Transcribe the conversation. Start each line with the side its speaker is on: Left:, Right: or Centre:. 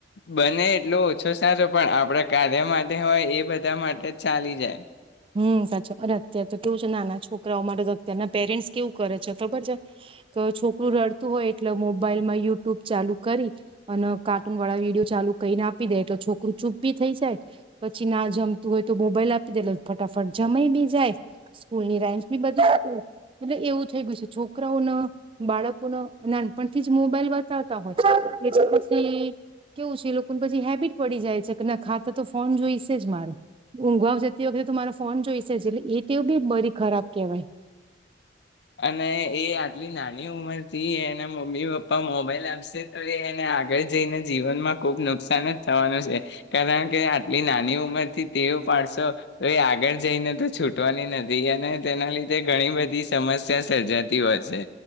Left: બને એટલો ઓછો સારો પણ આપણા કાર્ય માટે હોય એ બધા માટે જ ચાલી જાય
Right: હમ સાચો અરે અત્ય્યારે તો કેવું છે ના ના છોકરાઓ મારે તો અત્યારના પેરેન્ટ્સ કેવું કરે છે બબર છે કે છોકરું રડતું હોય એટલે મોબાઈલ માં યુટ્યુબ ચાલુ કરી અને કાર્ટૂન વાળા વિડીિયો ચાલુ કહીને આપી દે એટલે છોકરું ચૂપ બી થઇ જાય પછી ના જમતું હોય તો મોબાઈલ આપી દે લ ફટાફટ જમાય બી જાય સ્કૂલ ની રાેન્જ બી બદલા એટલે એવું થઈ ગયું છે છોકરાઓ ન બાળકો ન નાનપણથી જ મોબાઈલ બતાવતા હોય એટલે પછી કેવું છે એ લોકોને પછી હેબિટ પડી જાય છે કે ના ખાતા તો ફોન જોઈશે જ મારે ઊંઘ આવ જતી વખતે મારો ફોન જોઈશેટલે એ તેવ બ બધી ખરાબ કેહેવાય
Left: અને એ આટલી નાની ઉંમર થી એના મમ્મી પપ્પા મોબાઈલ આપશે તો એ એને આગળ જઈને જીવનમાં ખુબ નુકસાન જ થવાનું છે કારણ કે આટલી નાની ઉંમરથી તેવું પાડશો તો એ આગળ જઈને તો છૂટવાની નથી અને તેના લીધે ઘણી બધી સમસ્યા સર્જાતી હોય છે